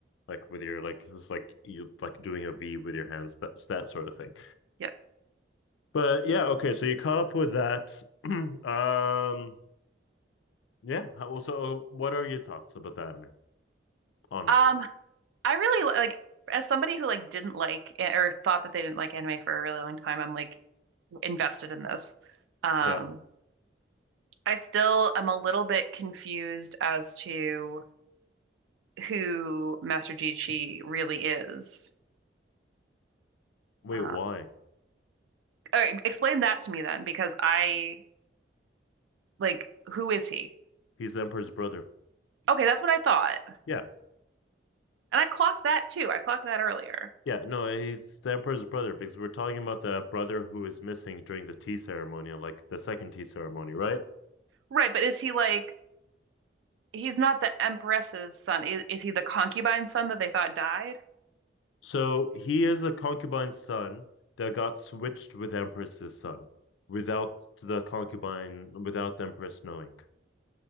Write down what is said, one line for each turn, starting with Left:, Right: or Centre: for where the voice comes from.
Left: like with your like it's like you like doing a V with your hands. That's that sort of thing.
Right: Yeah.
Left: But yeah, okay. So you caught up with that. <clears throat> um, yeah. Well, so what are your thoughts about the anime? Honestly,
Right: Um, I really li- like as somebody who like didn't like a- or thought that they didn't like anime for a really long time, I'm like invested in this. Um,
Left: yeah.
Right: I still am a little bit confused as to who Master Chi really is.
Left: Wait,
Right: Uh,
Left: why?
Right: all right, explain that to me then, because I like who is he?
Left: He's the emperor's brother.
Right: Okay, that's what I thought,
Left: Yeah.
Right: and I clocked that too. I clocked that earlier.
Left: Yeah, no, he's the emperor's brother because we're talking about the brother who is missing during the tea ceremony, like the second tea ceremony, right?
Right: Right, but is he like he's not the Empress's son? Is, is he the concubine's son that they thought died?
Left: So he is a concubine's son that got switched with Empress's son without the concubine, without the Empress knowing.